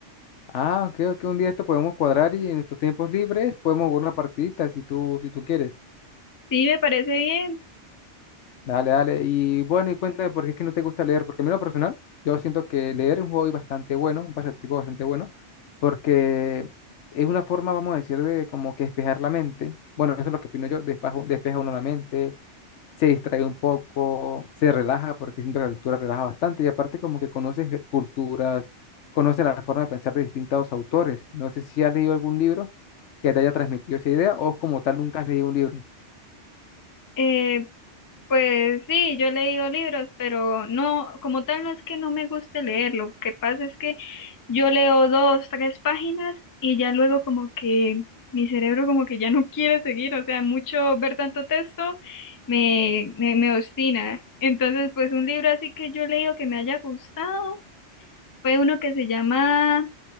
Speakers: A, on the left (about 75°); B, on the left (about 25°).
A: Ah, creo que un día esto podemos cuadrar y en nuestros tiempos libres podemos jugar una partidita si tú, si tú quieres.
B: Sí, me parece bien.
A: Dale, dale. Y bueno, y cuéntame por qué es que no te gusta leer, porque a mí en lo personal, yo siento que leer es un hobby bastante bueno, un pasatiempo bastante bueno, porque es una forma, vamos a decir, de como que despejar la mente. Bueno, eso es lo que opino yo, despeja, despeja uno la mente, se distrae un poco, se relaja, porque siento que la lectura relaja bastante, y aparte como que conoces eh, culturas, conoces la forma de pensar de distintos autores. No sé si has leído algún libro que te haya transmitido esa idea o como tal nunca has leído un libro.
B: Eh, Pues sí, yo he leído libros, pero no, como tal no es que no me guste leer, lo que pasa es que yo leo dos, tres páginas y ya luego como que mi cerebro como que ya no <laughs> quiere seguir, o sea, mucho ver tanto texto me, me, me obstina. Entonces, pues un libro así que yo he leído que me haya gustado fue uno que se llama